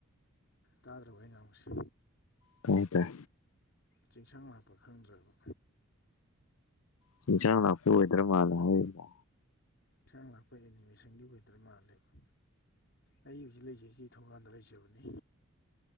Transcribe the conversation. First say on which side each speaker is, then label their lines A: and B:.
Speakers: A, on the left; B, on the left.
A: ꯇꯥꯗ꯭ꯔꯣ ꯑꯩꯅ ꯉꯥꯡꯕꯁꯤ
B: ꯇꯥꯏ ꯇꯥꯏ
A: ꯆꯤꯡꯁꯥꯡ ꯂꯥꯛꯄ ꯈꯪꯗ꯭ꯔꯕ
B: ꯆꯤꯡꯁꯥꯡ ꯂꯥꯛꯄ ꯋꯦꯗ꯭ꯔ ꯃꯥꯜꯂꯦ ꯍꯥꯏꯔꯤꯕ
A: ꯆꯤꯡꯁꯥꯡ ꯂꯥꯛꯄ ꯑꯦꯅꯤꯃꯦꯁꯟꯒꯤ ꯋꯦꯗ꯭ꯔ ꯃꯥꯜꯂꯦꯕ ꯑꯩ ꯍꯧꯖꯤꯛ ꯂꯩꯖꯩꯁꯤ ꯊꯣꯡꯒꯥꯟꯗ ꯂꯩꯖꯕꯅꯤ